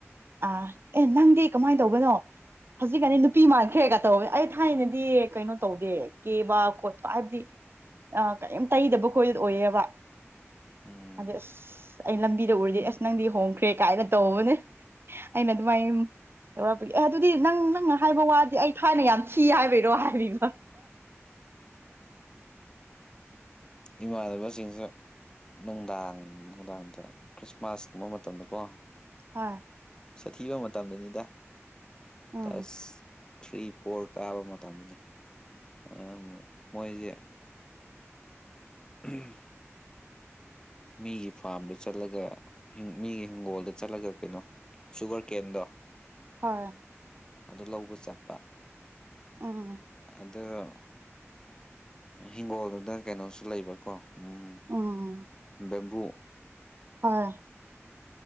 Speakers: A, on the right; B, on the left.
A: ꯑꯥ ꯑꯦ ꯅꯪꯗꯤ ꯀꯃꯥꯏꯟ ꯇꯧꯕꯅꯣ ꯍꯧꯖꯤꯛꯒꯥꯅꯤ ꯅꯨꯄꯤ ꯃꯥꯟꯈ꯭ꯔꯦꯒꯥ ꯇꯧꯋꯦ ꯑꯩ ꯊꯥꯏꯅꯗꯤ ꯀꯩꯅꯣ ꯇꯧꯗꯦ ꯀꯦꯕ ꯈꯣꯠꯄ ꯍꯥꯏꯕꯗꯤ ꯑꯥ ꯀꯔꯤꯝ ꯇꯩꯗꯕ ꯈꯣꯏꯗꯨ ꯑꯣꯏꯌꯦꯕ
B: ꯎꯝ
A: ꯑꯗꯨ ꯑꯁ ꯑꯩ ꯂꯝꯕꯤꯗ ꯎꯔꯗꯤ ꯑꯁ ꯅꯪꯗꯤ ꯍꯣꯡꯈ꯭ꯔꯦ ꯀꯥꯏꯅ ꯇꯧꯕꯅꯦ ꯑꯩꯅ ꯑꯗꯨꯃꯥꯏꯝ ꯇꯧꯔꯛꯄꯤꯒꯦ ꯑꯦ ꯑꯗꯨꯗꯤ ꯅꯪ ꯅꯪꯅ ꯍꯥꯏꯕ ꯋꯥꯗꯤ ꯑꯩ ꯊꯥꯏꯅ ꯌꯥꯝ ꯊꯤ ꯍꯥꯏꯕꯩꯔꯣ ꯍꯥꯏꯕꯤꯕ
B: ꯏꯃꯥꯟꯅꯕꯁꯤꯡꯁꯨ ꯅꯨꯡꯗꯥꯡ ꯅꯨꯡꯗꯥꯡꯗ ꯈ꯭ꯔꯤꯁꯃꯥꯁꯒꯨꯝꯕ ꯃꯇꯝꯗꯀꯣ
A: ꯍꯣꯏ
B: ꯁꯥꯊꯤꯕ ꯃꯇꯝꯗꯅꯤꯗ
A: ꯎꯝ
B: ꯇꯁ ꯊ꯭ꯔꯤ ꯐꯣꯔ ꯀꯥꯕ ꯃꯇꯝꯗꯅꯦ <unintelligible> ꯑꯃꯨꯛ ꯃꯣꯏꯖꯦ ꯎꯝ ꯃꯤꯒꯤ ꯐꯥꯔꯝꯗ ꯆꯠꯂꯒ ꯃꯤꯒꯤ ꯍꯤꯡꯒꯣꯜꯗ ꯆꯠꯂꯒ ꯀꯩꯅꯣ ꯁꯨꯒꯔ ꯀꯦꯟꯗꯣ
A: ꯍꯣꯏ
B: ꯑꯗꯨ ꯂꯧꯕ ꯆꯠꯄ
A: ꯎꯝ
B: ꯑꯗꯣ ꯍꯤꯡꯒꯣꯜꯗꯨꯗ ꯀꯩꯅꯣꯁꯨ ꯂꯩꯕꯀꯣ ꯎꯝ
A: ꯎꯝ
B: ꯕꯦꯝꯕꯨ
A: ꯍꯣꯏ